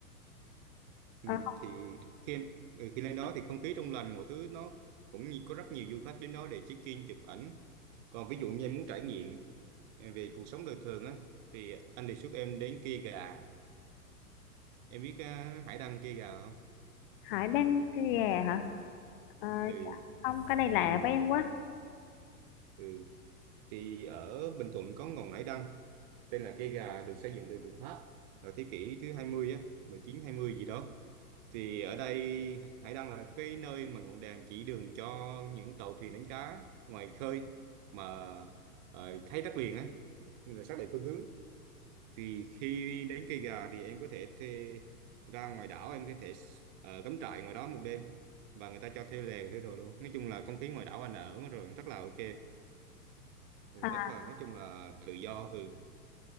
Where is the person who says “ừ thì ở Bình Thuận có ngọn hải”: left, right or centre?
Right